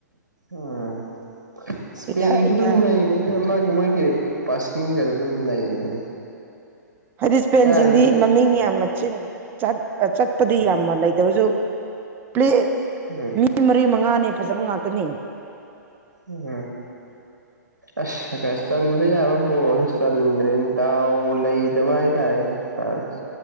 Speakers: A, on the right (about 75°); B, on the right (about 20°).
A: ꯎꯝ ꯏꯁꯄꯦꯟꯁꯨ
B: ꯏꯊ ꯏꯊ
A: ꯑꯗꯨꯝ ꯅꯩꯕꯅꯤ ꯃꯥꯒꯤ ꯃꯣꯏꯒꯤ ꯄꯥꯁꯤꯅꯤꯒꯁꯨ ꯑꯗꯨꯝ ꯅꯩꯕꯅꯤ
B: ꯍꯥꯏꯗꯤ ꯏꯁꯄꯦꯟꯁꯤꯡꯗꯤ
A: ꯀꯥꯏꯗꯒꯤ
B: ꯃꯃꯤꯡ ꯌꯥꯝ ꯃꯆꯤꯟ ꯆꯠꯄꯗꯤ ꯌꯥꯝꯅ ꯂꯩꯇ꯭ꯔꯁꯨ ꯄ꯭ꯂꯦ
A: ꯎꯝ
B: ꯃꯤ ꯃꯔꯤ ꯃꯉꯥꯅꯦ ꯐꯖꯕ ꯉꯥꯛꯇꯅꯦ
A: ꯎꯝ ꯑꯁ ꯆꯟꯕ ꯌꯥꯕ ꯕꯣꯜꯁꯨ ꯆꯟꯗ꯭ꯔꯦ ꯗꯥꯎ ꯂꯩꯇꯕ ꯍꯥꯏꯇꯥꯔꯦꯅꯦ ꯐ꯭ꯔꯥꯟꯁ